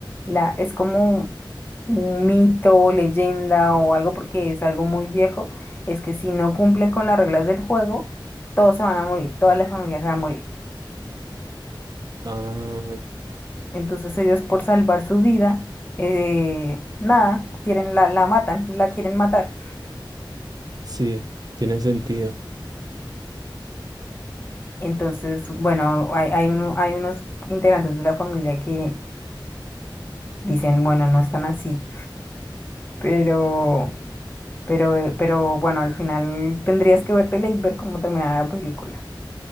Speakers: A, on the left (about 25°); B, on the right (about 50°).
A: la, es como un mito, leyenda o algo, porque es algo muy viejo, es que si no cumplen con las reglas del juego, todos se van a morir, todas las familias se van a morir.
B: Ah,
A: Entonces ellos por salvar su vida, eh, nada, quieren la, la matan, la quieren matar.
B: sí, tiene sentido.
A: Entonces, bueno, hay, hay, un- hay unos integrantes de la familia que dicen, bueno, no están así, pero, pero, eh, pero bueno, al final tendrías que vértela y ver cómo termina la película.